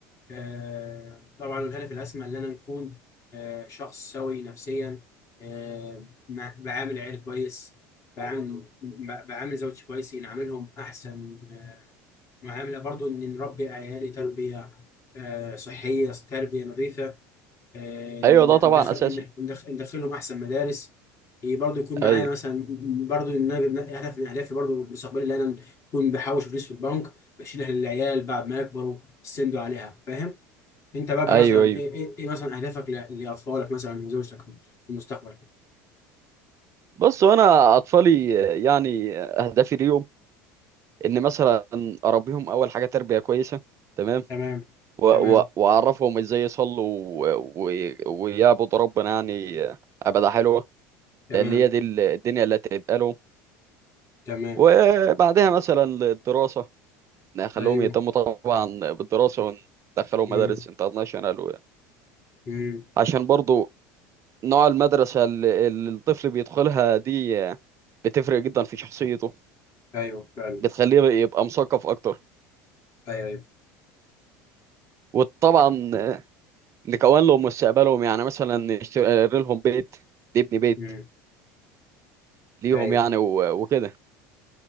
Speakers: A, on the left; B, on the right.
A: آه، طبعا الهدف الاسمى ان انا نكون آه، شخص سوي نفسيا آه، مع- بعامل عيال كويس بعامل ب- بعامل زوجتي كويس نعاملهم احسن آه، معامله برضو ان نربي عيالي تربيه آه، صحيه تربيه نظيفه آه، ندخل
B: ايوه ده طبعا اساسي
A: ندخل- ندخلهم احسن مدارس إيه، برضو يكون معايا
B: ايوه
A: مثلا برضو ان انا هدف من اهدافي برضو المستقبلي اللي انا اكون بحوش فلوس في البنك بشيلها للعيال بعد ما يكبروا يستندوا عليها فاهم انت بقى
B: ايوه
A: مثلا
B: ايوه
A: ايه ايه, إيه مثلا اهدافك ل- لاطفالك مثلا وزوجتك في المستقبل
B: بص وانا اطفالي يعني اهدافي ليهم ان مثلا اربيهم اول حاجه تربيه كويسه تمام
A: تمام
B: و-
A: تمام
B: و- واعرفهم ازاي يصلوا و- و- ويعبدوا ربنا يعني عباده حلوه
A: تمام
B: لان هي دي ال- الدنيا اللي هتبقى لهم
A: تمام
B: وبعدها مثلا للدراسه نخليهم
A: ايوه
B: يهتموا طبعا بالدراسه وندخلهم
A: امم
B: مدارس انترناشونال و-
A: امم
B: عشان برضو نوع المدرسه اللي اللي الطفل بيدخلها دي بتفرق جدا في شخصيته
A: ايوه فعلا
B: بتخليه يبقى مثقف اكتر
A: ايوه ايوه
B: وطبعا نكون لهم مستقبلهم يعني مثلا نشتري آه، لهم بيت نبني بيت
A: امم
B: ليهم
A: ايوه
B: يعني و- وكده